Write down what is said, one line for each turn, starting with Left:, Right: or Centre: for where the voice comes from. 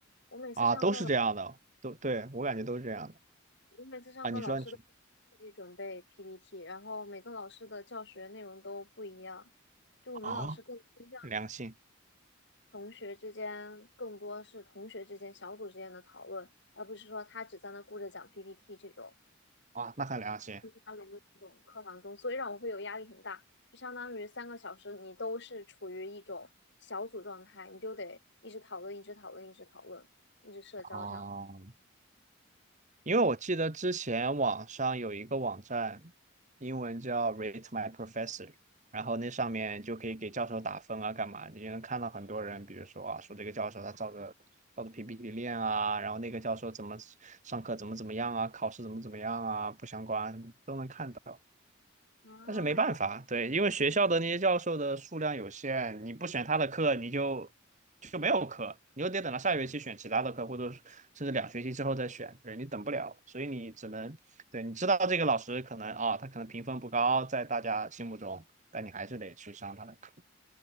Left: 我每次上课，
Right: 啊，都是这样的，
Left: 老
Right: 都对我感觉都是这样的
Left: 我每次上课老师都
Right: 啊。你说你说
Left: 自己准备 PPT，然后每个老师的教学内容都不一样，就我们老师更倾向
Right: 啊，良心
Left: 同学之间，更多是同学之间、小组之间的讨论，而不是说他只在那顾着讲 PPT 这种，
Right: 啊，那很良心
Left: 他融入这种课堂中，所以让我会有压力很大，就相当于三个小时你都是处于一种小组状态，你就得一直讨论、一直讨论、一直讨论、一直社交这样子。
Right: 啊。因为我记得之前网上有一个网站，英文叫 Rate My Professor，然后那上面就可以给教授打分啊，干嘛的？你能看到很多人，比如说啊，说这个教授他照着照着 PPT 练啊，然后那个教授怎么上课怎么怎么样啊，考试怎么怎么样啊，不相关都能看到。
Left: 啊，
Right: 但是没办法，对，因为学校的那些教授的数量有限，你不选他的课，你就就没有课，你又得等到下学期选其他的课，或者是甚至两学期之后再选，对，你等不了，所以你只能，对，你知道这个老师可能啊，他可能评分不高，在大家心目中，但你还是得去上他的课。